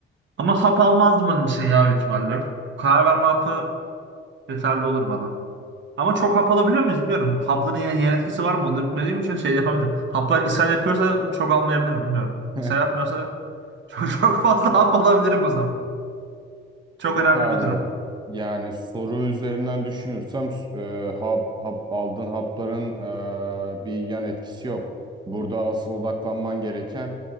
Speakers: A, on the right (about 60°); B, on the right (about 20°).
A: Ama hap almazdım onun için ya büyük ihtimalle. Karar verme hapı yeterli olur bana. Ama çok hap alabiliyor muyuz bilmiyorum. Hapların yan, yan etkisi var mı onu da bilmediğim için şey yapamayacağım. Haplar ishal yapıyorsa çok almayabilirim bilmiyorum.
B: <laughs>
A: İshal yapmıyorsa çok, <laughs> çok fazla hap alabilirim o zaman. Çok
B: Yok
A: önemli
B: abi
A: bir durum.
B: yani soru üzerinden düşünürsem s- e, hap, hap, aldığın hapların e, bir yan etkisi yok. Burada asıl odaklanman gereken